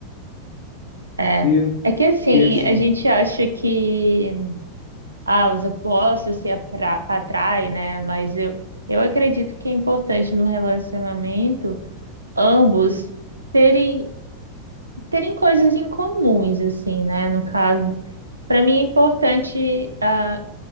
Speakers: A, on the right; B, on the left.
A: É.
B: e eu
A: É que assim,
B: fiquei assim.
A: a gente acha que ah, os opostos se apra- atraem, né? Mas eu eu acredito que é importante no relacionamento ambos terem terem coisas em comuns, assim, né? No caso, para mim é importante ah,